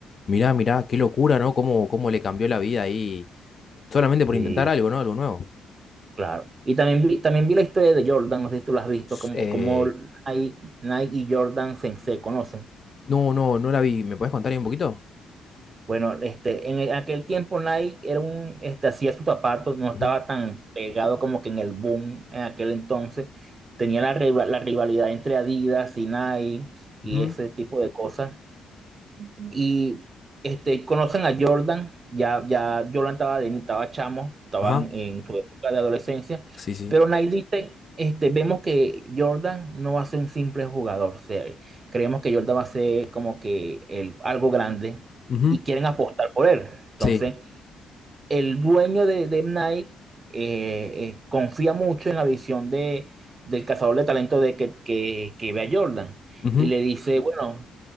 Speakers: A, on the left (about 40°); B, on the right (about 40°).
A: Mira, mira, qué locura, ¿no? Cómo, cómo le cambió la vida ahí solamente por
B: Sí,
A: intentar algo, ¿no? Algo nuevo.
B: claro. Y también vi, también vi la historia de Jordan, no sé si tú la has visto,
A: S-
B: como,
A: eh,
B: como Nike Nike y Jordan se se conocen.
A: no, no, no la vi. ¿Me puedes contar ahí un poquito?
B: Bueno, este, en aquel tiempo Nike era un, este, hacía sus zapatos, no
A: Ujú,
B: estaba tan pegado como que en el boom en aquel entonces. Tenía la, riva- la rivalidad entre Adidas y Nike y
A: ujú,
B: ese tipo de cosas. Y este, conocen a Jordan, ya, ya Jordan estaba, de- estaba chamo, estaba
A: Ajá.
B: en, en su época de adolescencia,
A: Sí, sí.
B: pero Nike dice, este, vemos que Jordan no va a ser un simple jugador, o sea, creemos que Jordan va a ser como que el, algo grande
A: ujú,
B: y quieren apostar por él. Entonces,
A: Sí.
B: el dueño de, de Nike eh, eh, confía mucho en la visión de, del cazador de talento de que, que, que ve a Jordan
A: ujú,
B: y le dice, bueno,